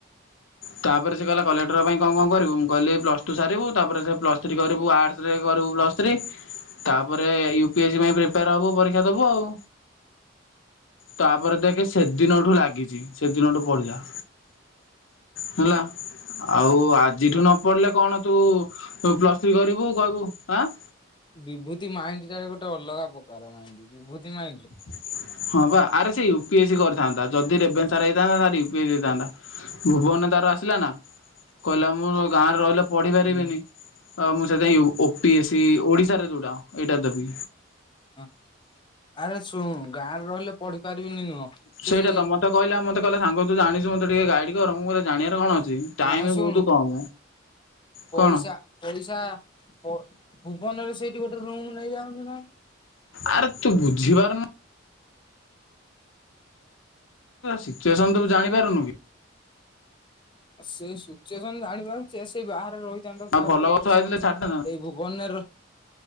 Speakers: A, on the left (about 75°); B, on the left (about 25°).
A: ତାପରେ ସେ କହିଲା କଲେକ୍ଟର ପାଇଁ କଣ କଣ କରିବୁ ମୁଁ କହିଲି ପ୍ଲସ ଟୁ ସାରିବୁ ତାପରେ ସେ ପ୍ଲସ୍ ଥ୍ରୀ କରିବୁ ଆର୍ଟସରେ କରିବୁ ପ୍ଲସ୍ ପ୍ଲସ୍ ଥ୍ରୀ ତାପରେ ୟୁ ପି ଏସ୍ ଆଇ ପାଇଁ ପ୍ରିପେୟାର୍ ହବୁ ପରୀକ୍ଷା ଦବୁ ଆଉ। ତାପରେ ଦେଖେ ସେଦିନଠୁ ଲାଗିଚି ସେଦିନଠୁ ପଢ଼ିଲା। ହେଲା ଆଉ ଆଜିଠୁ ନ ପଢିଲେ କଣ ତୁ ତୁ ପ୍ଲସ୍ ଥ୍ରୀ କରିବୁ କହିବୁ ଆଁ-
B: ବିଭୂତି ମାଇଣ୍ଡି ଟା ଗୋଟେ ଅଲଗା ପ୍ରକାର ମାଇଣ୍ଡି। ବିଭୂତି ମାଇଣ୍ଡ୍
A: <inaudible> ହଁ ପା ଆରେ ସେ ୟୁ ପି ଏସ୍ ଇ କରିଥାନ୍ତା ଯଦି ରେଭେନ୍ସା ରେ ହେଇଥାନ୍ତା ତାର ୟୁ ପି ଏସ୍ ଇ ହେଇଥାନ୍ତା ଭୁବନ ରେ ତାର ଆସିଲା ନା କହିଲା ମୁଁ ଗାଁରେ ରହିଲେ ପଢି ପାରିବିନି
B: ହୁଁ
A: ଆ- ମୁଁ ସେଥିପାଇଁ ୟୁ-ଓ ପି ଏସ ସି ଓଡିଶାରେ ଯଉଟା ଏଇଟା ଦେବି।
B: ହଁ -ଆରେ ଶୁଣୁ ଗାଁରେ ରହିଲେ ପଢି ପାରିବିନି ନୁହଁ ସେ
A: ସେଇଟା
B: ସେଇ
A: ତ ମତେ କହିଲା ମତେ କହିଲା ସାଙ୍ଗ ତୁ ଜାଣିଚୁ ମତେ ଟିକେ ଗାଇଡି କର ମୁଁ କହିଲି ଜାଣିବାରେ କଣ ଅଛି। ଟାଇମ
B: ନାହିଁ ଶୁଣୁ
A: ବହୁତ କମ କଣ
B: ପଇସା- ପଇସା ପ-ଭୁବନରେ ସେଇଠି ଗୋଟେ ରୁମ୍ ନେଇଯାଉନୁ ନହେଲେ।
A: ଆରେ ତୁ ବୁଝିିପାରୁନୁ ସିଚୁଏସନ ତୁ ଜାଣିପାରୁନୁ କି।
B: ଆଉ ସେଇ ସିଚୁଏସନ ଜାଣିପାରୁଛି ସେଇ ବାହାରେ ରହି ଯାହାଲେ
A: ଆଉ ଭଲ
B: ଟିକେ
A: ଗଛ
B: ପଇସା
A: ହେଇଥିଲେ
B: ଖର୍ଚ୍ଚ
A: ଛାଡିଥାନ୍ତା
B: ହେଇ ଏଇ ଭୁବନ ର